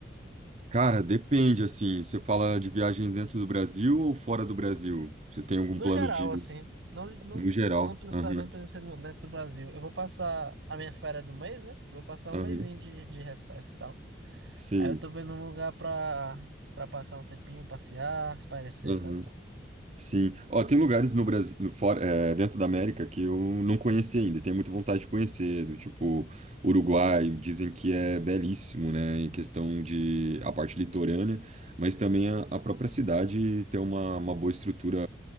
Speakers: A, on the right; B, on the right.
A: Cara, depende, assim, você fala de viagens dentro do Brasil ou fora do Brasil? Você tem algum
B: No
A: plano
B: geral,
A: de,
B: assim. Não, não,
A: no geral?
B: não necessariamente
A: Aham,
B: precisa ser no- dentro do Brasil. Eu vou passar a minha férias do mês, né? Vou passar
A: aham,
B: um mesinho de, de recesso e tal.
A: sim,
B: Aí eu tô vendo um lugar pra, pra passar um tempinho, passear, espairecer,
A: aham.
B: sabe?
A: Sim. Ó, tem lugares no Brasil, no fora, é, dentro da América que eu não conheci ainda, e tenho muita vontade de conhecer, do tipo Uruguai, dizem que é belíssimo, né, em questão de a parte litorânea, mas também a, a própria cidade tem uma, uma boa estrutura,